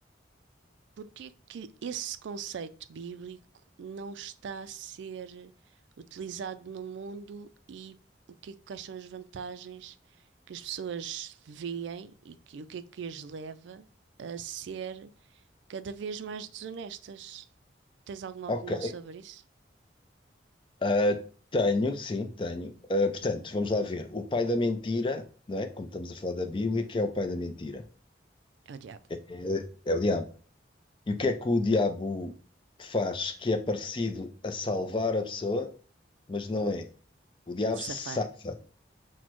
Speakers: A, on the right (about 75°); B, on the left (about 25°).
A: Porque é que esse conceito bíblico não está a ser utilizado no mundo e o que, é que- quais são as vantagens que as pessoas veem e que, o que é que as leva a ser cada vez mais desonestas? Tens alguma
B: Ok.
A: opinião sobre isso?
B: Ah, tenho, sim, tenho. Ah, portanto, vamos lá ver. O pai da mentira, não é? Como estamos a falar da Bíblia, que é o pai da mentira?
A: Oh, diabo,
B: É, é o diabo. E o que é que o diabo faz que é parecido a salvar a pessoa, mas não é? O diabo
A: safar.
B: salva,